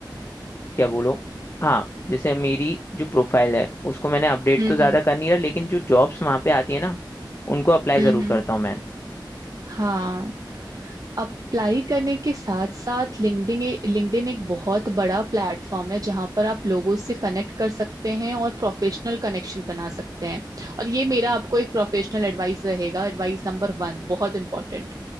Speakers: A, on the left (about 30°); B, on the right (about 50°).
A: क्या बोलो हाँ जैसे मेरी जो प्रोफाइल है उसको मैंने अपडेट
B: हम्म
A: तो ज़्यादा
B: हम्म
A: कर नहीं रहा लेकिन जो जॉब्स वहाँ पे आती है ना उनको अप्लाई
B: हम्म,
A: ज़रूर
B: हम्म,
A: करता हूँ मैं
B: हाँ अप्लाई करने के साथ साथ लिंक्डइन लिंक्डइन एक बहुत बड़ा प्लेटफॉर्म है जहां पर आप लोगों से कनेक्ट कर सकते हैं और प्रोफेशनल कनेक्शन बना सकते हैं और ये मेरा आपको एक प्रोफेशनल एडवाइस रहेगा एडवाइस नंबर वन बहुत इंपॉर्टेंट